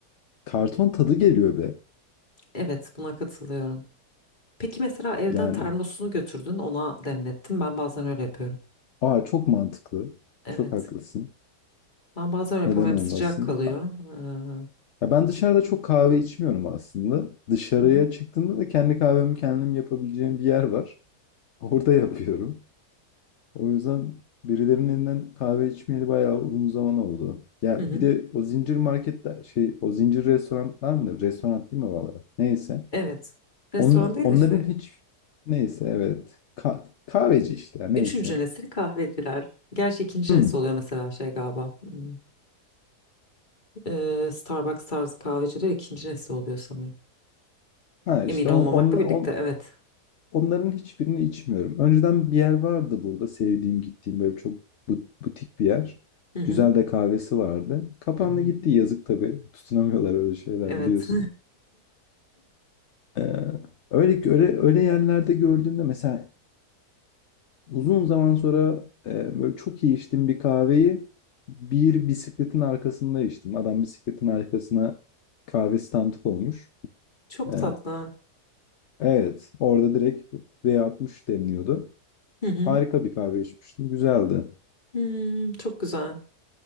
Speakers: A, on the left; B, on the left.
A: karton tadı geliyor be
B: Evet, buna katılıyorum. Peki mesela evden
A: yani
B: termosunu götürdün, ona demlettin. Ben bazen öyle yapıyorum.
A: aa çok mantıklı
B: Evet.
A: çok haklısın
B: Ben bazen öyle yapıyorum.
A: neden
B: Hem
A: olmasın
B: sıcak kalıyor. Ee,
A: ya ben dışarıda çok kahve içmiyorum aslında dışarıya
B: Hı hı.
A: çıktığımda da kendi kahvemi kendim yapabileceğim bir yer var. Orada yapıyorum. O yüzden birilerinin elinden kahve içmeyeli bayağı uzun zaman oldu. Ya
B: Hı hı.
A: bir de o zincir marketler şey o zincir restoranlar mıdır? Restoran değil mi oralara? Neyse.
B: Evet. Restoran
A: On,
B: değil
A: onların
B: işte.
A: hiç neyse evet. Ka- kahveci işte ya neyse.
B: Üçüncü nesil kahveciler. Gerçi ikinci
A: Hmm.
B: nesil oluyor mesela şey galiba. Hmm. Ee, Starbucks tarzı kahveciler ikinci nesil oluyor sanırım.
A: Ha işte
B: Emin olmamakla
A: on, on, on-
B: birlikte evet.
A: onların hiçbirini içmiyorum. Önceden bir yer vardı burada sevdiğim gittiğim böyle çok bu- butik bir yer.
B: Hı hı.
A: Güzel de kahvesi vardı. Kapandı
B: Hı hı.
A: gitti yazık tabii. Tutunamıyorlar öyle şeyler
B: Evet.
A: biliyorsun. Ee, öyle öyle öyle yerlerde gördüğümde mesela uzun zaman sonra e, böyle çok iyi içtiğim bir kahveyi bir bisikletin arkasında içtim. Adam bisikletin arkasına kahve standı koymuş.
B: <laughs> Çok
A: Ee,
B: tatlı.
A: evet, orada direkt V60 demliyordu.
B: Hı hı.
A: Harika bir kahve içmiştim. Güzeldi.
B: Hmm, çok güzel.